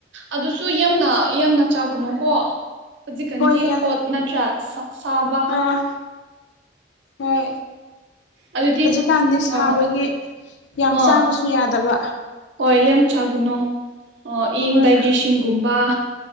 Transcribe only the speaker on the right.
ꯑꯗꯨꯁꯨ ꯌꯥꯝꯅ ꯌꯥꯝꯅ ꯆꯥꯒꯅꯨꯀꯣ ꯍꯧꯖꯤꯛ ꯀꯥꯟꯗꯤ
ꯍꯣꯠ ꯅꯠꯇ꯭ꯔ ꯁꯥ ꯁꯥꯕ
ꯑꯗꯨꯗꯤ
ꯑ
ꯑꯥ
ꯍꯣꯏ ꯌꯥꯝ ꯆꯥꯒꯨꯅꯨ ꯑ
ꯏꯟꯗꯥꯏꯖꯦꯁꯟ ꯒꯨꯝꯕ